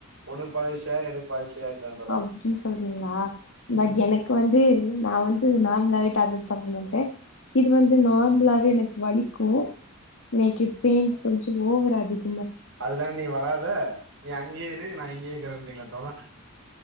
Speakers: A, on the right; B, on the left.
A: உனுக் பாதி ஷேர் எனக் பாதி ஷேர் எடுத்துக்கலாம் தோழா
B: அப்டி சொல்றீங்ளா பட்
A: ம்
B: எனக்கு வந்து நா வந்து நார்மலாவே டேப்லெட் சாப்ட மாட் ட இது வந்து நார்ம்லாவே எனக்கு வலிக்கு இன்னைக்கி பெயின் கொஞ்ச ஓவரா அதிக
A: அதுலா நீ வராத நீ அங்யே இரு நா இங்யேகிறன்றீங்ளா தோழா